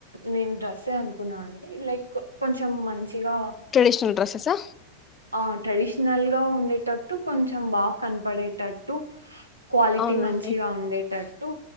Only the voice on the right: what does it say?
నేను డ్రెస్ డ్రెస్సే అనుకున్నా అండి లైక్ కొంచెం మం గా
ఆ టడీష్ నల్ గా ఉండేటట్టు కొంచ్ చ్చెం బాగా కనపడేటట్ ట్టు క్వాలిటీ
మంచిగా ఉండేటట్ టూ